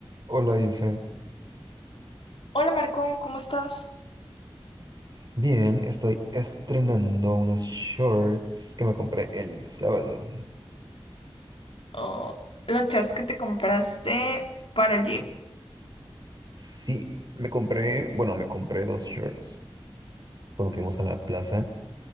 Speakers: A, on the right (about 50°); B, on the left (about 80°).
A: Hola Ilse.
B: Hola Marco, ¿cómo estás?
A: Bien, estoy estrenando unos shorts que me compré el sábado.
B: Oh, los shorts que te compraste para el gym.
A: Sí, me compré, bueno, me compré dos shorts cuando fuimos a la plaza.